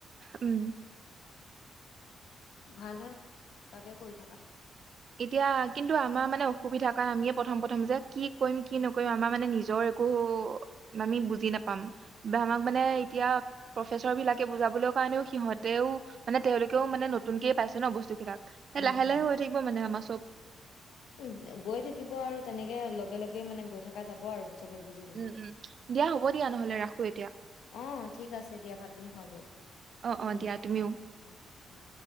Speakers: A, on the right; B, on the left.
A: উম।
B: ভাল হে, তাকে কৰি থাকা।
A: এতিয়া কিন্তু আমাৰ মানে অসুবিধা কাৰণে আমিয়ে প্ৰথম প্ৰথম যে কি কৰিম, কি নকৰিম আমাৰ মানে নিজৰ একো আমি বুজি নাপাম, বা আমাক মানে এতিয়া প্ৰফেচৰ বিলাকে বুজাবলৈ কাৰণেও সিহঁতেও মানে তেওঁলোকেও মানে নতুনকে পাইছে ন বস্তু বিলাক হে
B: উম
A: লাহে
B: উম
A: লাহে হৈ থাকি যে আমাৰ চব
B: উম গৈ থাকিব আৰু তেনেকে লগে লগে মানে গৈ থকা যাব আৰু চবে বুজি বুজি,
A: উম উম দিয়া হ'ব দিয়া নহ'লে ৰাখো এতিয়া
B: অঁ ঠিক আছে দিয়া ভাত পানী খোৱা গৈ,
A: অ অ
B: উম
A: দিয়া তুমিও
B: উম উম।